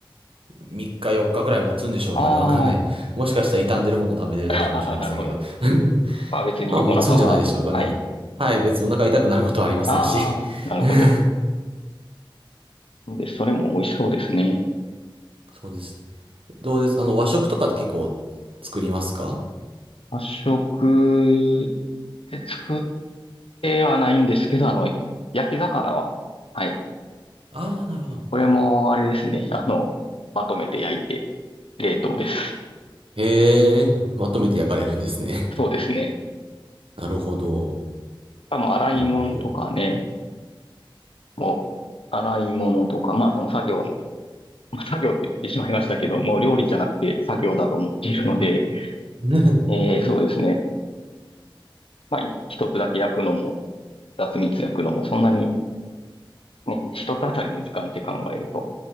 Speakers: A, on the right (about 80°); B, on the left (about 85°).
A: 3日4日ぐらい持つんでしょうかね。
B: あ
A: わかんない。
B: ー
A: もしかしたら傷んでるものを食べてるだけかもしれませんけど。
B: あー、<laughs> なるほど。
A: <laughs>
B: まあ別にお腹は、
A: まあ持つんじゃないでしょうかね。
B: はい。
A: はい、別にお腹痛くなることはありませんし。
B: ああ、なるほど。
A: <laughs>
B: で、それも美味しそうですね。
A: そうですね。どうですあの、和食とかって結構作りますか
B: 発色って作ってはないんですけど、あの、焼き魚は、はい、
A: ああー、なるほど。
B: これも、あれですね。あの、まとめて焼いて、冷凍です。
A: へえ、まとめて焼かれるんですね。
B: そうですね。
A: <laughs> なるほど。
B: あ、洗い物とかね、
A: なるほど。
B: もう、洗い物とか、まあその作業の、まあ、作業って言ってしまいましたけど、もう料理じゃなくて作業だと思っているので、
A: <laughs>
B: えー、そうですね。まあ、い一つだけ焼くのも、二つ三つ焼くのも、そんなに、ね、一つあたりの時間って考えると、